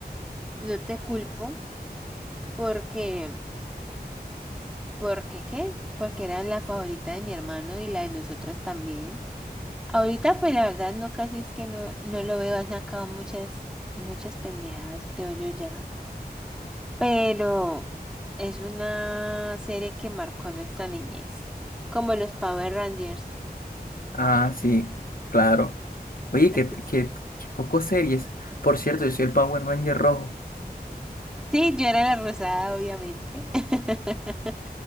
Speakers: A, in the centre; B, on the left.
A: no te culpo porque, porque qué, porque era la favorita de mi hermano y la de nosotras también. Ahorita pues la verdad no casi es que no, no lo veo, ha sacado muchas, muchas pendejadas creo yo ya, pero es una serie que marcó nuestra niñez, como los Power Rangers.
B: Ah, sí, claro. Oye,
A: <laughs>
B: que, que, que poco series. Por cierto, yo soy el Power Ranger rojo.
A: Sí, yo era la rosada, obviamente. <laughs>